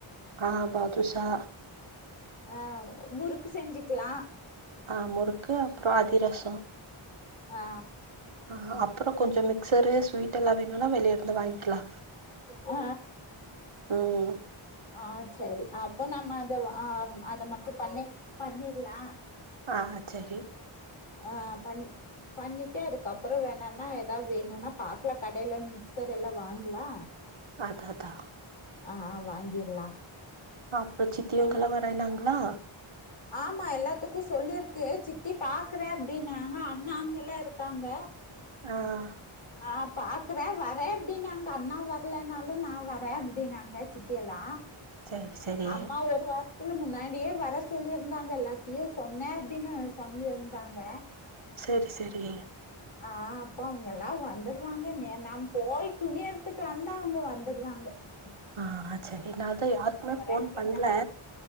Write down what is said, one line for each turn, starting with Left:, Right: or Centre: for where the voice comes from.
Right: ஆஹ பாதுஷா
Left: ஆ முறுக்கு செஞ்சுக்கலா
Right: ஆஹ் முறுக்கு அப்பற அதிரச
Left: ஆ
Right: ஆ
Left: ம்
Right: அப்பற கொஞ்ச மிக்சர் ஸ்வீட்ட்ெல்லா வேணும்னா வெளியேருந்து வாங்கிக்கலா
Left: ஆ
Right: ம்
Left: ஆஹ் சரி அப்ப நம்ம அத ஆஹ் அத மட்டும் பண்ணி பண்ணிடுலா
Right: ஆ சேரி
Left: ஆஹ் பண் பண்ணிட்டு அதுக்கப்பற வேணனா ஏதாவது வேணும்னா பாக்கலா கடையில மிக்சர் எல்லா வாங்களலா
Right: அதா தா
Left: ஆ வாங்கிருள்ளா
Right: அப்பறம் சித்திவங்கெல்லா வரனாங்களா
Left: ஆமா எல்லாத்துக்கும் சொல்லிருக்கு சித்தி பாக்குற அப்படினாங்க அண்ணாங்க எல்லா இருக்காங்க
Right: ஆஹ்
Left: ஆஹ் பாக்குற வரேன்னு அப்டினாங்க அண்ணா வரலனாலும் நா வர அப்டின்னாங்க சித்தி எல்லா
Right: சேரி சேரி
Left: அம்மா ஒரு வார இதுல முன்னாடியே வர சொல்லியிருந்தாங்க எல்லாத்தையும் சொன்ன அப்டின்னு சொல்லியிருந்தாங்க
Right: சேர் சேரி
Left: ஆஹ் அப்போ அவங்க எல்லா வந்துருவாங்க நாம் போய் துணி எடுத்துட்டு வந்தா அவங்க வந்துடுவாங்க உ
Right: ஆ சரி நா அதா யாருக்குமே ஃபோன்
Left: அப்டின்னாங்க
Right: பண்ல